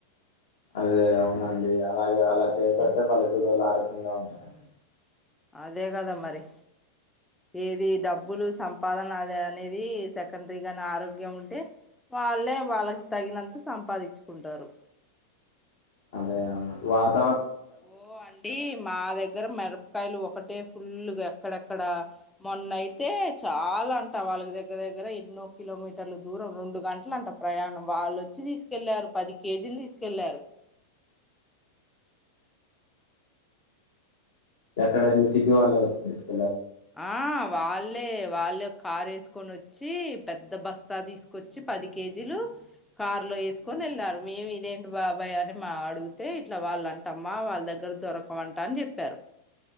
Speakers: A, on the left; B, in the centre.
A: అదే అవున్ అండి అలాగే
B: మ్మ్
A: అలా చేయబట్టే పల్లెటూరు వొళ్ళు ఆరోగ్యంగ్ ంగా ఉంటారండి
B: అదే కదా మరి ఏది డబ్బులు సంపాదన అది అనేది సెకండరీగానే ఆరోగ్యం ఉంటే వాళ్ళే వాళ్ళకి తగినంత సంపాదించుకుంటారు
A: అదే అవును వాక్
B: ఓ అండి మా దగ్గర మిరపకాయలు ఒకటే ఫుల్గా అక్కడక్కడ మొన్న అయితే చాలా అంట వాళ్ళకి దగ్గర దగ్గర ఎన్నో కిలోమీటర్లు దూరం రెండు గంటలుంట ప్రయాణం వాళ్ళుొచ్చి తీసుకెళ్ళారు పది కేజీలు తీసుకెళ్ళారు
A: ఎక్కడండి సిటీ వాళ్ళ వచ్చి తీసుకో
B: ఆ వాళ్ళే వాళ్ళు కార్ వేసుకొని వచ్చి పెద్ద బస్తా తీసుకొచ్చి పది కేజీలు కార్ లో వేసుకొని వెళ్ళారు మేము ఇదేంటి బాబాయ్ అని మా అడిగితే ఇట్లా వాళ్ళు అంటమ్మా వాళ్ళ దగ్గర దొరకమంట అని చెప్పారు